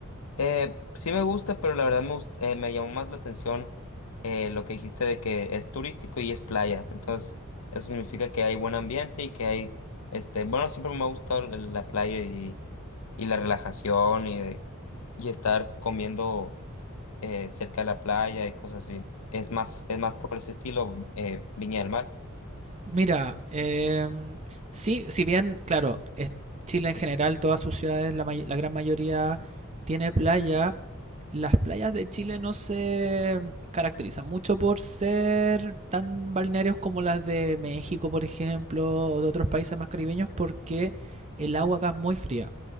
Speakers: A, on the left; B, on the right.
A: Eh, sí me gusta, pero la verdad me, gust- eh, me llamó más la atención eh, lo que dijiste de que es turístico y es playa. Entonces, eso significa que hay buen ambiente y que hay, este, bueno, siempre me ha gustado el- la playa y, y la relajación y, y estar comiendo eh, cerca de la playa y cosas así. Es más, es más por ese estilo eh, Viña del Mar.
B: Mira, em, sí, si bien, claro, es- Chile en general, todas sus ciudades, la, may- la gran mayoría tiene playa. Las playas de Chile no se caracterizan mucho por ser tan balnearios como las de México, por ejemplo, o de otros países más caribeños, porque el agua acá es muy fría.